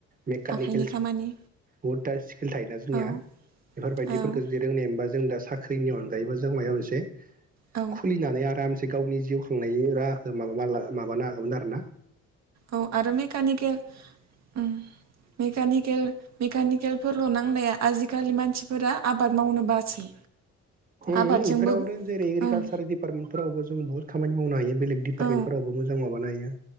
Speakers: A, on the right; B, on the right.
A: मेकानिक
B: आखाइनि खामानि।
A: बुहुत दा स्किल थायोना जोंनिया
B: औ
A: बेफोरबायदिफोरखौ
B: औ
A: जुदि रोंनाय मोनबा जों दा साख्रिनि अनगायैबो जों मायबा मोनसे
B: औ
A: खुलिनानै आराम से गावनि जिउ खुंनायनि राहाखौ मा बा मा माबानो हागौमोन आरो ना
B: औ आरो मेकेनिल ओ मेकानिक <unintelligible> मेकानिकेलफोरल' नांलाया आजिखालि मानसिफोरा आबाद मावनो बासै।
A: उम
B: आबादजोंबो
A: इफोरावनो जेरै एग्रिकालसार
B: ओं
A: दिडिपार्टमेन्टफोरावबो जों बुहुत खामानि मावनो हायो। बेलेग दिपार्मेटफोरावबो
B: औ
A: मोजां माबानो हायो।